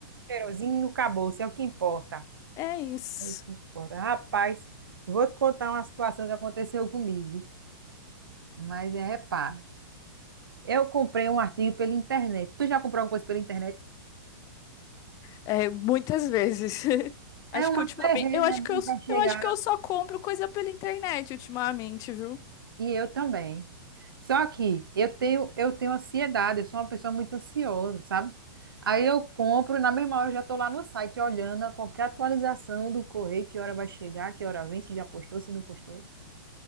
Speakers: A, on the right; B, on the left.
A: Cheirosinho, acabou-se, é o que importa.
B: É isso.
A: É o que importa. Rapaz, vou te contar uma situação que aconteceu comigo. Mas é reparo. Eu comprei um artigo pela internet. Tu já comprou alguma coisa pela internet?
B: É, muitas vezes. <laughs> Acho
A: É uma
B: que ultimamente,
A: perrengue,
B: eu
A: né?
B: acho que
A: Não
B: eu,
A: vai chegar.
B: eu acho que eu só compro coisa pela internet ultimamente, viu?
A: E eu também. Só que eu tenho, eu tenho ansiedade, eu sou uma pessoa muito ansiosa, sabe? Aí eu compro, na mesma hora eu já estou lá no site olhando a qualquer atualização do correio, que hora vai chegar, que hora vem, se já postou, se não postou.